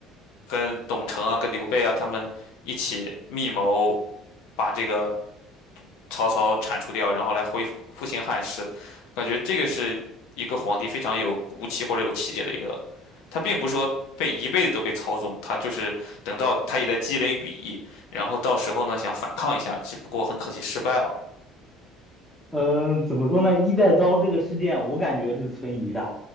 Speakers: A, on the left (about 60°); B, in the centre.
A: 跟董承啊、跟刘备啊他们一起密谋，把这个。曹操铲除掉，然后来恢复复兴汉室。感觉这个是一个皇帝非常有骨气或者有气节的一个，他并不是说被一辈子都被操纵，他就是等到他也在积累羽翼，然后到时候呢想反抗一下，只不过很可惜失败了。
B: 嗯，怎么说呢？衣带诏这个事件，我感觉是存疑的，